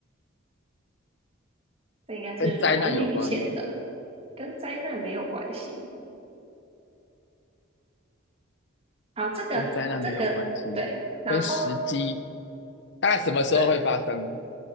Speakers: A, on the right (about 30°); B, on the left (about 60°).
A: 这应该是蛮明显的，
B: 跟灾难有关吗？
A: 跟灾难没有关系。好，这个这个对，
B: 跟灾难没有关系，
A: 然后
B: 跟时机大概什么时候会发生呢？
A: 对，